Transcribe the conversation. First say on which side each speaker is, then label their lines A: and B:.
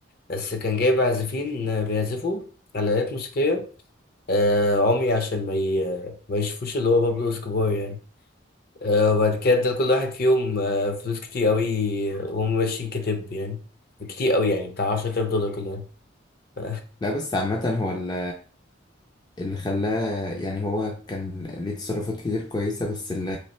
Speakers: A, on the left (about 50°); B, on the left (about 20°).
A: بس كان جايب عازفين آه، بيعزفوا على آلات موسيقية آه، عمي عشان ما ي- ما يشوفوش اللي هو بابلو اسكوبار يعني آه، وبعد كده ادى لكل واحد فيهم آه، فلوس كتير قوي وهم ماشيين كتب يعني كتير قوي يعني بتاع 10000 دولار كل واحد ف-
B: لا بس عامة هو ال اللي خلاه يعني هو كان ليه تصرفات كتير كويسة بس اللي